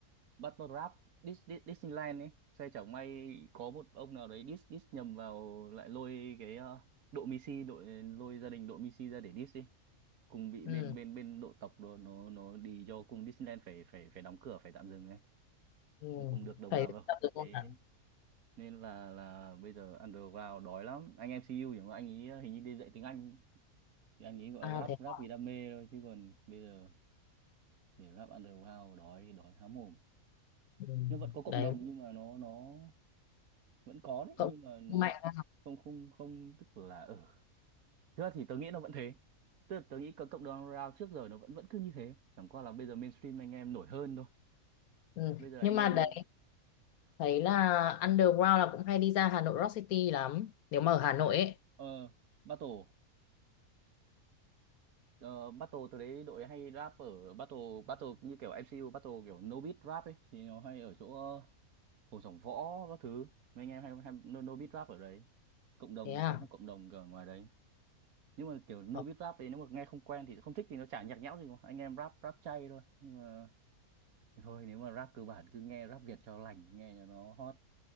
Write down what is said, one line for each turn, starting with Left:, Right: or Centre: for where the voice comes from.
Right: Battle Rap Dis, Dis, Disneyland ấy xe chẳng may có một ông nào đấy diss diss nhầm vào lại lôi cái ờ, đội Missy đội lôi gia đình đội Missy ra để diss đi cùng bị
Left: ừ,
Right: bên bên bên độ tộc đồ nó nó đi cho cùng Disneyland phải phải phải đóng cửa phải tạm dừng ấy
Left: ừ.
Right: Mà cùng được đồng
Left: phải
Right: nào đâu
Left: tập được không
Right: cái
Left: nào
Right: nên là là bây giờ underground đói lắm anh em MCU thì mà anh ấy hình như đi dạy tiếng Anh thì anh ấy gọi
Left: à
Right: là rap
Left: thế
Right: rap
Left: à?
Right: vì đam mê thôi chứ còn bây giờ để rap underground đói đói há mồm
Left: ừ.
Right: nhưng vẫn có cộng
Left: đấy
Right: đồng nhưng mà nó nó vẫn có đấy
Left: cậu
Right: nhưng mà nó
Left: mạnh
Right: không không không tức là ở thực ra thì tớ nghĩ nó vẫn thế tức là tớ nghĩ cộng cộng đồng underground trước giờ nó vẫn vẫn cứ như thế chẳng qua là bây giờ mainstream anh em nổi hơn thôi
Left: Ừ.
Right: bây giờ anh
Left: Nhưng
Right: em
Left: mà đấy thấy là underground là cũng hay đi ra Hà Nội Rock City lắm nếu mà ở Hà Nội ấy
Right: ờ battle Ờ, battle từ đấy đội hay rap ở battle battle như kiểu MCU battle kiểu no beat rap ấy thì nó hay ở chỗ ờ, Hồ Sổng Võ các thứ mấy anh em hay, hay no, no beat rap ở đấy cộng đồng
Left: thế
Right: nó
Left: à
Right: có một cộng đồng ở ngoài đấy nhưng mà kiểu no
Left: Ờ,
Right: beat rap đấy nếu mà nghe không quen thì không thích thì nó chả nhạc nhẽo gì mà. anh em rap rap chay thôi nhưng mà thì thôi nếu mà rap cơ bản cứ nghe rap Việt cho lành nghe cho nó hot